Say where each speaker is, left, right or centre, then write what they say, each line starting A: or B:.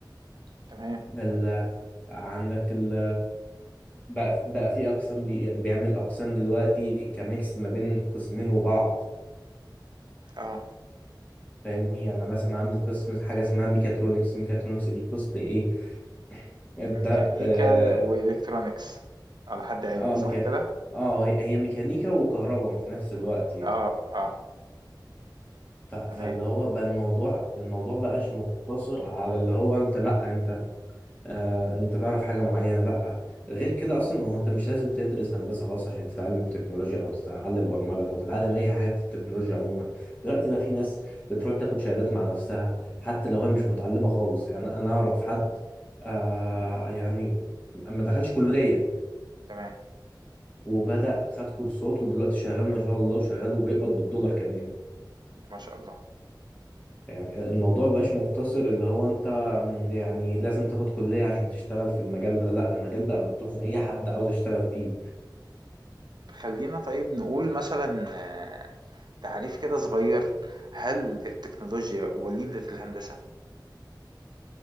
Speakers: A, on the right; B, on the left.
A: تمام
B: ال... عندك ال... بقى بقى في اقسام بي... بيعمل اقسام دلوقتي كميكس ما بين قسمين وبعض
A: اه
B: فاهمني يعني أنا مثلا عامل قسم حاجه اسمها ميكاترونكس ميكاترونكس دي قسم ايه ده
A: ميكانيكا
B: اه
A: والكترونيكس على حد
B: اه,
A: علمي صح
B: ميكا...
A: كده
B: آه هي... هي ميكانيكا وكهرباء في نفس الوقت يعني
A: اه اه
B: ف... فاللي
A: تمام
B: هو بقى الموضوع الموضوع بقاش مقتصر على اللي هو انت لا انت آه، انت تعرف حاجه معينه لا غير كده اصلا هو انت مش لازم تدرس هندسه خالص عشان تتعلم تكنولوجيا او تتعلم برمجه او تتعلم اي حاجه في التكنولوجيا عموما دلوقتي بقى في ناس بتروح تاخد شهادات مع نفسها حتى لو هي مش متعلمه خالص يعني انا اعرف حد آه يعني ما دخلش كليه
A: تمام
B: وبدأ خد كورسات ودلوقتي شغال ما شاء الله وشغال وبيقبض بالدولار كمان
A: ما شاء الله
B: يعني الموضوع مبقاش مقتصر اللي هو انت يعني لازم تاخد كلية عشان تشتغل في المجال ده لا المجال بقى مفتوح لأي حد عاوز يشتغل فيه
A: خلّينا طيب نقول مثلًا آآ، تعريف كده صغير، هل التكنولوجيا وليدة الهندسة؟